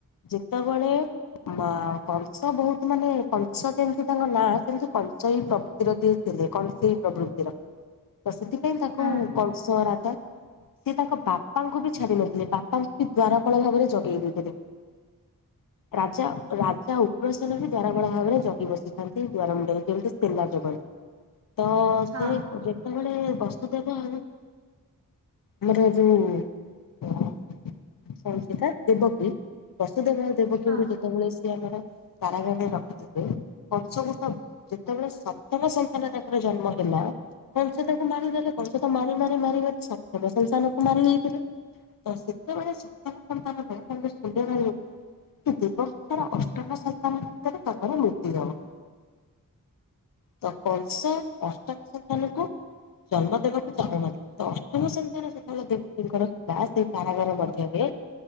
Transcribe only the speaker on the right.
ହଁ
ହଁ
ହଁ